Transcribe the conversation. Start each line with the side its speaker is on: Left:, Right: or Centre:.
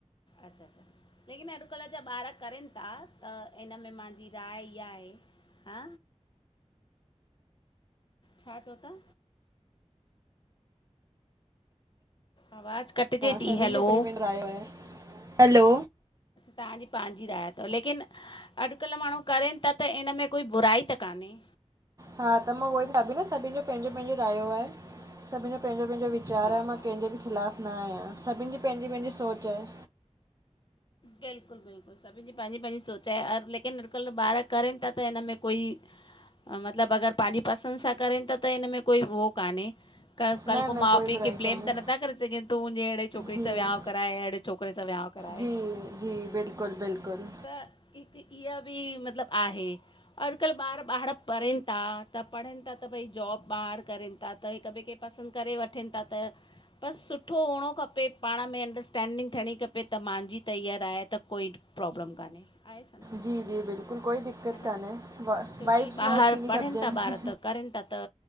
Left: अच्छा अच्छा लेकिन अॼुकल्ह जा ॿारक करनि था त इन में मुंहिंजी राय इहा आहे। हा छा चओ था? आवाज़ु कटिजे थी
Right: सभि
Left: हैलो
Right: जो प्रयो आहे हलो
Left: तांॼी पेंॼी राय तव लेकिन अॼकल माणू। करन ता त इन में कोई बुराई त काने।
Right: हा त मां उयो ई न सॿिन ॼो पांॼो पांॼो रायो आये। सॿिन ॼो पेॼो पेंॼो वीचार
Left: हा
Right: आ मां
Left: हा
Right: कें ॿि ख़िलाफ़ न आयां सॿिन ॼी पेंॼी-पेंॼी सोच आये।
Left: बिल्कुल-बिल्कुल सॿिन ॼी पांॼी पांॼी सोच आये लेकिन अॼुकल ॿार करन ता त हिनमें कोई। मतलब अगर पांॼी पसंद सां करन त त हिन में कोई हो काने। क कल
Right: न
Left: को
Right: न
Left: माउ-पीउ
Right: कोई बुराई
Left: खे ब्लेम
Right: कान्हे
Left: त नथा करे सघन तूं मुंॼे एड़े छोकरी
Right: जी
Left: सां विआउ कराए एड़े छोकरे सां विआउ कराए।
Right: जी जी बिल्कुलु बिल्कुलु
Left: त हिक इअ ॿि मतलब आहे। अॼकल ॿार बाहर पढ़िन ता त पढ़न ता त भई जॉब ॿार करिन। थता त हिक ॿेए खे पसंद करे वठन ता त। बस सुठो हुअणो खपे पाण में अंडरस्टैंडिंग थियणी खपे त मांॼी। त ईयर आये त कोई प्रॉब्लम काने। आहे छा न
Right: जी जी बिल्कुलु कोई दिक़त
Left: है ना
Right: कान्हे वा
Left: छोकी
Right: वाइब्स
Left: ॿाहर
Right: मैच थींदी
Left: पढ़न
Right: खपजनि
Left: था ॿार त करन ता। त